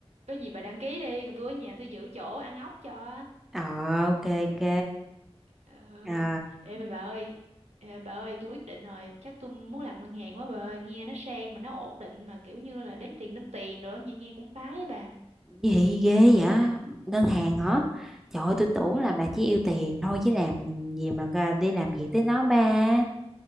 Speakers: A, on the right (about 80°); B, in the centre.
A: có gì bà đăng ký đi còn tôi ở nhà tôi giữ chỗ ăn ốc cho
B: ờ ok ok
A: Ờ.
B: ờ
A: ê mà bà ơi ờ, bà ơi tôi quyết định rồi chắc tôi muốn làm ngân hàng quá bà ơi nghe nó sang mà nó ổn định mà kiểu như là đếm tiền đếm tiền rồi đó, nghe nghe cũng phái á bà
B: Gì ghê vậy? Ngân hàng hả? Trời ơi, tôi tưởng
A: Ừ.
B: là bà chỉ yêu tiền thôi chứ làm gì mà ra đi làm việc tới nó ba.